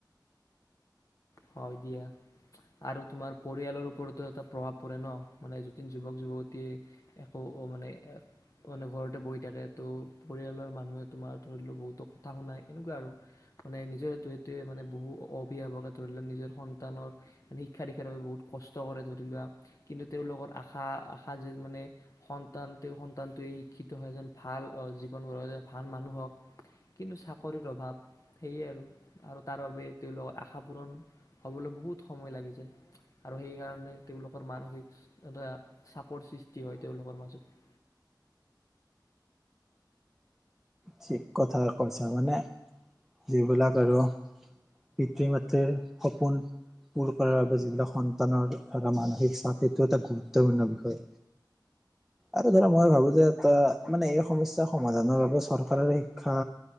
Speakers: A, on the left; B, in the centre.
A: হয় দিয়া আৰু তোমাৰ পৰিয়ালৰ ওপৰতো এটা প্ৰভাৱ পৰে ন মানে যদিন যুৱক যুৱতীয়ে একো মানে মানে ঘৰতে বহি থাকে ত পৰিয়ালৰ মানুহে তোমাৰ বহুতো কথা শুনাই এনেকুৱা আৰু মানে নিজৰ সেইটোৱে মানে বহু অভিভাৱক ধৰি লোৱা নিজৰ সন্তানৰ শিক্ষা দীক্ষাৰ বাবে বহুত কষ্ট কৰে ধৰি লোৱা কিন্তু তেওঁলোকৰ আশা আশা যে মানে ধৰি ল নিজৰ সন্তানৰ শিক্ষা দীক্ষা বাবে বহুত কষ্ট কৰে ধৰিবা কিন্তু তেওলোকৰ আশা এজন ভাল জীৱন গঢ় ভাল মানুহ হক কিন্তু চাকৰিৰ অভাৱ সেয়ে আৰু আৰু তাৰ বাবোবে তেওঁলোকৰ আশা আশা পূৰণ হ'বলৈ বহুত সময় লাগি যায় আৰু সেইকাৰণে তেওঁলোকৰ মানসিক এটা চাপৰ সৃষ্টি হয় তেওঁলোকৰ মাজত
B: ঠিক কথা কৈছ মানে যিবিলাক আৰু পিতৃ মাতৃৰ সপোন পূৰ কৰা বাবে যিবিলাক সন্তানৰ এটা মানসিক ইষ্টপিত্ত গুৰুত্বপূৰ্ণ বিষয় আৰু ধৰা মই ভাবো যে এটা মানে এই সমস্যাৰ সমাধানৰ বাবে চৰ চৰকাৰে শিক্ষা